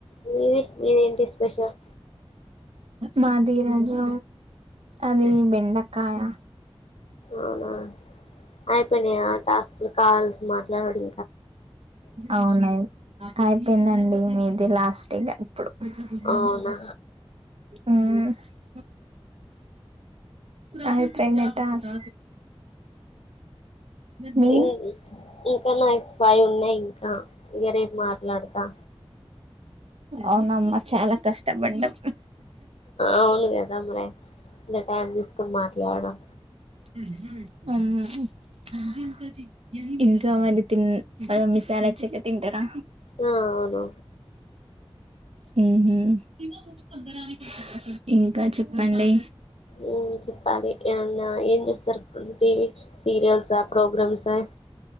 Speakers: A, on the left (about 85°); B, on the right (about 80°).
A: మీది మీదేంటి స్పెషల్
B: మాది ఈరోజు అది బెండకాయ
A: అవునా అయిపోయినా టాస్క్లు కాల్స్ మాట్లాడడి
B: అవునాయి అయిపోయిందండి మీది లాస్ట్గా ఇప్పుడు వస దునియా
A: అవునా
B: ఆ ఆ అవి పెండేటస్ మీ
A: ఇ ఇంకా నా ఫై ఫై ఉన్నాయి ఇంకా ఇగ రేపు మాట్లాడుతా
B: అవునమ్మ చాలా కష్ట బండం
A: అవును కదా మరి ఇంత టైం తీసుకుని మాట్లాడడం
B: ఉహు ఉహు అజీ అంకాజీ ఇంకా మరి తిన్ <unintelligible> మీసాల చికెన్ తింటరా
A: ఆ అవును
B: ఉహు <unintelligible> ఇంకా చెప్పండి
A: ఉ చెప్పాలి ఏమన్నా ఏం చుస్తారు అ టీవీ సీరియల్సా ప్రోగ్రామ్సా